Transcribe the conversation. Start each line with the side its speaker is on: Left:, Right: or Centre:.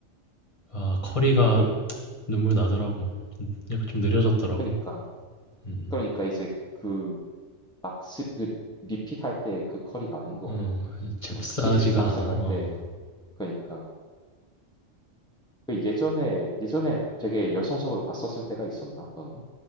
Left: 아, 커리가
Centre: 그,
Left: 눈물 나더라고. 약간 좀 느려졌더라고.
Centre: 그러니까,
Left: 음,
Centre: 그러니까 이제 그, 막, 시- 그 리핏 할 때 그 커리가 아닌 것
Left: 어,
Centre: 같아.
Left: 잽싸지가
Centre: 정말, 73승
Left: 않아,
Centre: 할
Left: 어.
Centre: 때, 그러니까. 그 예전에, 예전에 되게 열성적으로 봤었을 때가 있었나, 너는?